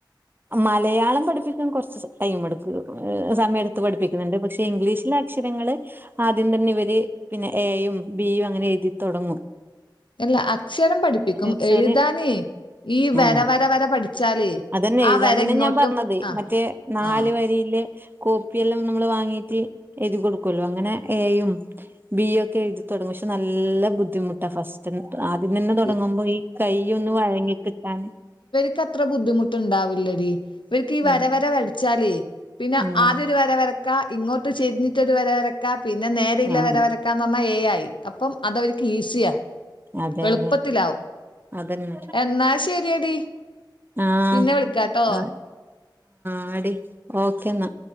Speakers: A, on the right (about 25°); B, on the left (about 90°).
A: മലയാളം പഠിപ്പിക്കാൻ കൊറച്ച് ടൈം എടുക്കും സമയത്ത് പഠിപ്പിക്കുന്നുണ്ട് പക്ഷെ, ഇംഗ്ലീഷിന്റെ അക്ഷ ക്ഷരങ്ങള് ആദ്യം തന്നെ ഇവര് പിന്നെ ഏ യും, ബിയും അങ്ങനെ എഴുതിത്തടങ്ങും.
B: അല്ല, അക്ഷരം പഠിപ്പിക്കും
A: വെച്ചാല്
B: എഴുതാനേ ഈ വര,
A: ആഹ്
B: വര, വര പഠിച്ചാലേ
A: അതന്നെ എഴുതാൻ
B: ആ വര
A: തന്നെ
B: ഇങ്ങോട്ടും
A: ഞാൻ പറഞ്ഞത്
B: ആ
A: മറ്റേ നാല്
B: ആ
A: വരില് ല് കോപ്പിയെല്ലാം നമ്മൾ വാങ്ങീട്ട് എഴ കൊടുക്കല്ലോ? അങ്ങനെ എ, ബിക്കെ തുടങ്ങും പക്ഷെ നല്ല ബുദ്ധിമുട്ടാ ഫസ്റ്റ് ആദ്യം തന്നെ തുടങ്ങുമ്പോ
B: ഇ-
A: ഈ കൈ ഒന്ന് വഴങ്ങി കിട്ടാൻ
B: ക്ക് അത്ര ബുദ്ധിമുട്ടുണ്ടാവില്ലടി. ഇവർക്ക് ഈ വര,
A: ഉം
B: വര വരച്ചാലേ പിന്നെ
A: ഉം
B: ആദ്യരു വര വരക്ക, ഇങ്ങോട്ട് ചരിഞ്ഞിട്ടൊരു വര വരക്കാ, പിന്നെ നേരെള്ള
A: ആഹ്
B: വര വരക്കാ ഏ ആയി. അപ്പം അത വർക്ക് ഈസിയാ
A: അതെ
B: എളുപ്പത്തിലാവും.
A: അതെ അതന്നെ
B: എന്നാ ശരി ടി
A: ആഹ്
B: പിന്നെ വിളിക്കാട്ടോ?
A: ആഹ് ആടി ഓക്കേ എന്നാ.